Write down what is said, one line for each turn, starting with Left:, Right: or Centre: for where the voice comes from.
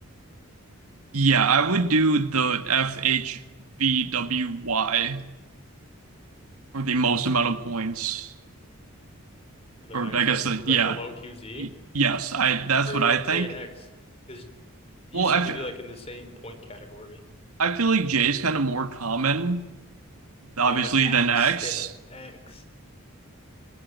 Right: Yeah, I would do the F H V W Y for the most amount of points.
Left: the
Right: Or
Left: next,
Right: I guess
Left: like
Right: the,
Left: right
Right: yeah.
Left: below QZ
Right: Y- Yes, I that's
Left: or,
Right: what I
Left: or J
Right: think.
Left: and X, because these
Right: Well, I
Left: seem
Right: f
Left: to be like in the same point category.
Right: I feel like J is kind of more common, obviously,
Left: Yeah, but X,
Right: than X,
Left: they have X.